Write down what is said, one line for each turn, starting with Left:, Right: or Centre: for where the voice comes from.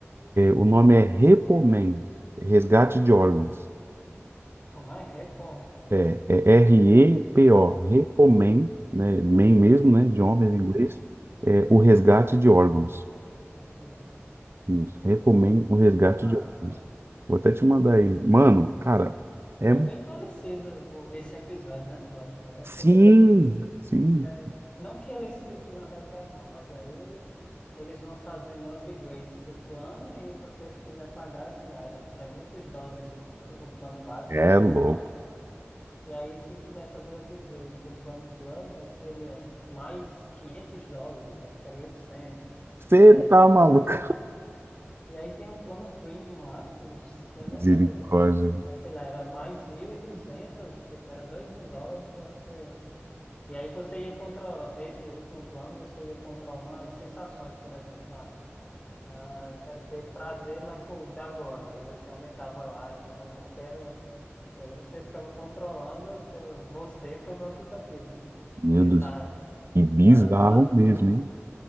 Right: O nome é Repomen, resgate de órgãos.
Left: como é? Repor.
Right: É, é R-E-P-O, Repomen,
Left: Hum,
Right: né, men mesmo, né, de homens
Left: sim.
Right: em inglês, é o resgate de órgãos.
Left: Aqui, ó.
Right: Isso, Repomen, o resgate
Left: Massa.
Right: de órgãos. Vou até te mandar aí. Mano, cara, é...
Left: É bem parecido o- esse episódio, né, de Black Mirror,
Right: Sim,
Left: porque
Right: sim,
Left: é, não que eles precisam resgatar, mas aí eles vão fazendo upgrades do plano e você, se quiser pagar, sei lá, era 300 dólares o, ponto- o plano básico
Right: é
Left: mensal,
Right: louco.
Left: e aí se quisesse fazer o upgrade para o plano Plus, aí seria mais 500 dólares, aí ficaria oitocentos
Right: Você
Left: E aí eles
Right: tá
Left: vão
Right: maluco?
Left: fazer. E aí tem um plano premium lá, que eles,
Right: <laughs>
Left: eu nem
Right: Misericórdia,
Left: lembro o nome, mas sei lá, era mais 1.200 tipo, era dois mil dólares para você. E aí você ia controlando, esse último plano, você ia controlando as sensações, por exemplo, ah, ah, eu quero ter prazer na comida agora, aí você aumentava lá e tal, não quero. E aí você ficava controlando o seu, você pelo aplicativo, né?
Right: meu
Left: Bizarro,
Right: Deus.
Left: assim.
Right: E bizarro
Left: Vale, vale
Right: mesmo,
Left: muito,
Right: hein?